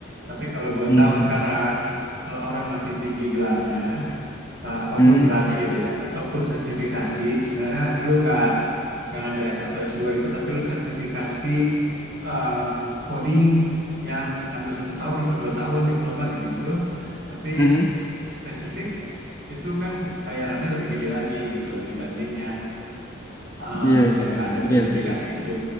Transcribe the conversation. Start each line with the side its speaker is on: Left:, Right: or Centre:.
Right: Tapi kalau gue
Left: hmm
Right: tahu sekarang, kalau orang makin tinggi gelarnya, eh, apapun
Left: hmm
Right: gelarnya gitu ya ataupun sertifikasi misalnya lu nggak nggak ngambil s satu s dua gitu tapi lu sertifikasi em, coding yang ngambil satu tahun apa dua tahun diploma gitu-gitu tapi
Left: hmm hmm.
Right: s- spesifik itu kan bayarannya lebih gede lagi gitu dibanding yang eh,
Left: iya
Right: yang nggak ada
Left: iya
Right: sertifikasi
Left: sih
Right: itu